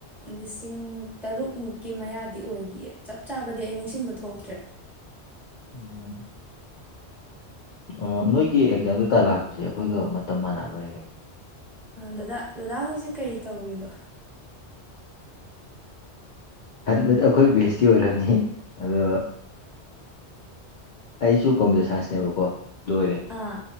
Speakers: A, in the centre; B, on the left.
A: ꯂꯤꯁꯤꯡ ꯇꯔꯨꯛꯃꯨꯛꯀꯤ ꯃꯌꯥꯗꯤ ꯑꯣꯏꯈꯤꯌꯦ ꯆꯞ ꯆꯥꯕꯗꯤ ꯑꯩ ꯅꯤꯡꯁꯤꯡꯕ ꯊꯣꯛꯇ꯭ꯔꯦ
B: ꯎꯝ ꯑ ꯅꯣꯏꯒꯤ ꯑꯦꯛꯖꯥꯝ ꯀꯩꯀꯥ ꯂꯥꯛꯄꯁꯦ ꯑꯩꯈꯣꯏꯒ ꯃꯇꯝ ꯃꯥꯟꯅꯕ꯭ꯔꯥꯍꯦꯛ ꯍꯦꯛ
A: ꯗꯗꯥ ꯗꯗꯥ ꯍꯣꯏꯁꯦ ꯀꯔꯤ ꯇꯧꯔꯤꯗꯣ
B: ꯍꯟꯕꯗ ꯑꯩꯈꯣꯏ ꯕꯦꯁꯇꯤ ꯑꯣꯏꯔꯝꯅꯤ ꯑꯗꯣ ꯑꯩꯁꯨ ꯀꯝꯄ꯭ꯌꯨꯇꯔ ꯁꯥꯏꯟꯁꯅꯦꯕꯀꯣ ꯂꯣꯏꯔꯦ
A: ꯑꯥ